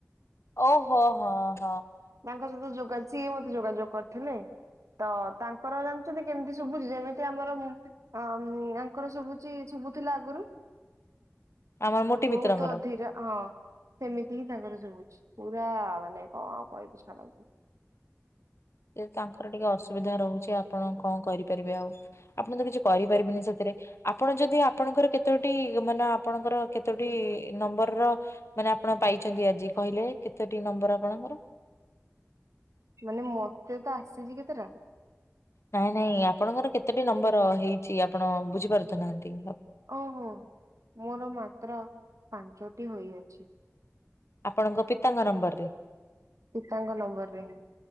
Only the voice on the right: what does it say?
ତାଙ୍କ ସହିତ ଯୋଗା, ସିଏ ମତେ ଯୋଗାଯୋଗ କରିଥିଲେ। ତ ତାଙ୍କର ଜାଣିଛନ୍ତି କେମିତି ଶୁଭୁଛି, ଯେମିତି ଆମର ମୁ ଆଁ ୟାଙ୍କର ଶୁଭୁଛି, ଶୁ ହଉଥିଲା ଆଗରୁ-
ବହୁତ
ଅଧୀର ହଁ ସେମିତି ହିଁ ତାଙ୍କର ଶୁଭୁଛି। ପୁରା ମାନେ କଣ କହିବି ଛାଡ଼ନ୍ତୁ।
ମାନେ ମତେ ତ ଆସିଛି କେତେଟା
ଓହୋ, ମୋର ମାତ୍ର ପାଞ୍ଚଟି ହୋଇଅଛି।
ପିତାଙ୍କ ନମ୍ବର ରେ ହିଁ